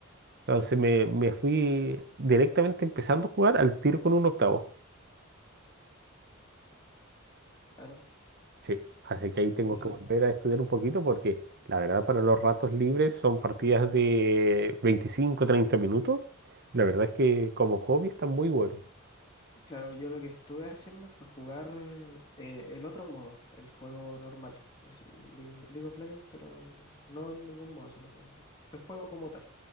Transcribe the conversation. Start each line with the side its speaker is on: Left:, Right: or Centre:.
Right: Entonces me, me fui directamente empezando a jugar al tiro con un octavo.
Left: Claro.
Right: Sí, así que ahí tengo
Left: Dice,
Right: que volver a estudiar un poquito porque la verdad para los ratos libres son partidas de 25 30 minutos. La verdad es que como hobby están muy buenos.
Left: claro, yo lo que estuve haciendo fue jugar eh, el otro modo, el juego normal, así, League, League of Legends, pero no en ningún modo, sino el el juego como tal.